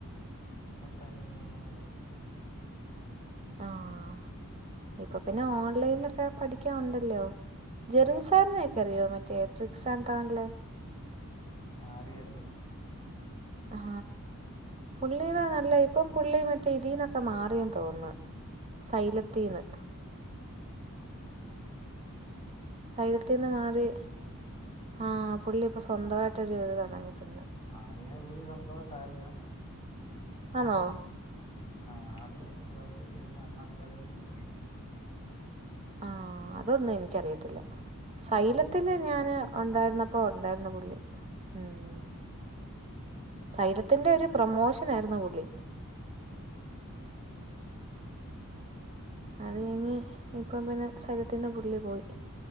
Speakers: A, on the left (about 25°); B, on the right (about 30°).
A: ഇപ്പം തനിയേ പഠിക്കാ
B: ആഹ്, ഇപ്പം പിന്നെ ഓൺലൈലൊക്കെ പഠിക്കാൻ ഉണ്ടല്ലോ ജെറിൻസാറിനൊക്കെ അറിയോ മറ്റേ ത്രിക്സാണ്ടറിലെ
A: ആഹ് അറിയാം അറിയാം
B: ആ പുള്ളീനാ നല്ലെ ഇപ്പം പുള്ളി മറ്റേ ഇതിന്നൊക്കെ മാറിയെന്ന് തോന്ന്ന്ന് സൈലത്തീന്ന്
A: ഹ്മ്മ്
B: സൈലത്തിന്ന് മാറി ആഹ് പുള്ളി ഇപ്പോ സ്വന്തമായിട്ടൊരു ഇത് തൊടങ്ങിട്ടുണ്ട്
A: ആദ്യമേ പുള്ളി സ്വന്തമായിട്ടായ്ര്ന്ന്,
B: ആണോ
A: ആഹ് ആഹ് ആലിമ സ്വന്തമായിട്ട് പിന്നെ അണ്ണക്കാദമി വന്നിട്ടുണ്ടായി
B: ആഹ് അതൊന്നും എനിക്കറിയത്തില്ല, സൈലത്തില്
A: അത് കഴിഞ്ഞിട്ടാണ്
B: ഞാന്
A: സൈലത്തിൽ
B: ഒണ്ടായിരുന്നപ്പോ
A: കയറിയത്
B: ഉണ്ടായിരുന്നു പുള്ളി ഹ്മ്മ് സൈലത്തിന്റെ ഒരു പ്രെമോഷനായിരുന്നു പുള്ളി.
A: ആഹ്
B: അത് കഴിഞ്ഞ് ഇപ്പം പിന്നെ സൈലത്തിന്റെ പുള്ളി പോയി